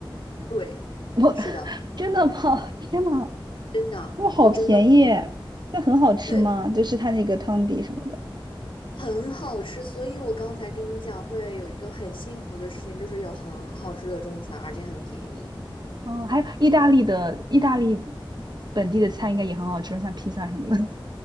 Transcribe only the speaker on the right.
<laughs> 我
真的吗？<laughs> 天呐，
他们好便宜，
那很好吃吗？
就是它那个汤底什么的。
嗯，还有意大利的意大利本地的菜应该也很好吃，像披萨什么的。